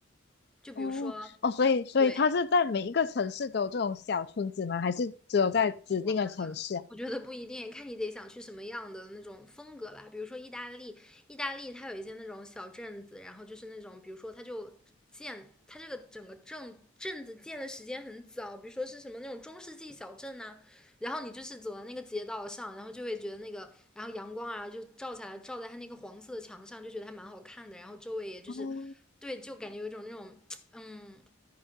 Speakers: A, in the centre; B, on the left.
A: 就比如说，
B: 哦哦，所以所以它是在每一个城市都有这种小村子吗？
A: 对，
B: 还是只有在指定的城市啊？
A: 我觉得。我觉得不一定，看你得想去什么样的那种风格吧。比如说意大利，意大利它有一些那种小镇子，然后就是那种，比如说它就建，它这个整个镇镇子建的时间很早，比如说是什么那种中世纪小镇呐、然后你就是走到那个街道上，然后就会觉得那个，然后阳光啊就照下来，照在它那个黄色的墙上，就觉得还蛮好看的。然后周围也就是，
B: 哦，
A: 对，就感觉有一种那种，嗯，